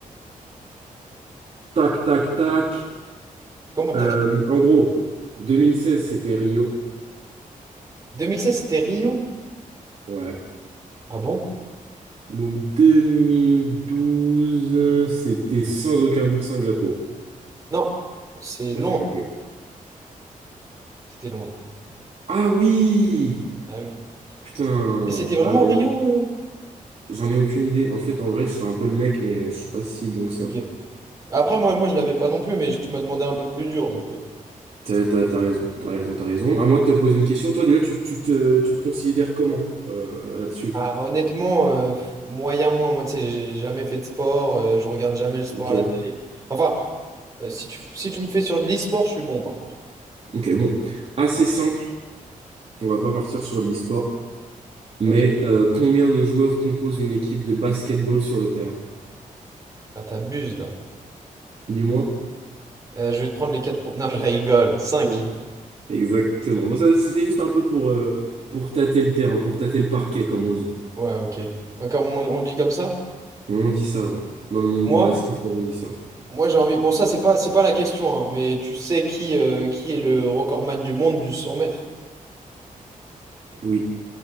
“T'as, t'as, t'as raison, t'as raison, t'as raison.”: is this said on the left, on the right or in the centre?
Right